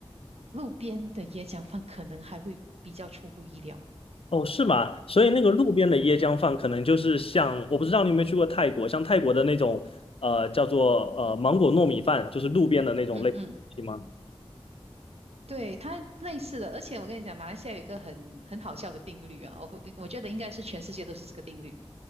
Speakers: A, on the right (about 80°); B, on the left (about 65°).
A: 路边的椰浆饭可能还会比较出乎意料。
B: 哦，是吗？所以那个路边的椰浆饭，可能就是像，我不知道你有没有去过泰国，像泰国的那种，呃，叫做呃芒果糯米饭，就是路边的那种类型吗？
A: 嗯嗯，对，它类似的，而且我跟你讲，马来西亚有一个很很好笑的定律啊，我不，我觉得应该是全世界都是这个定律。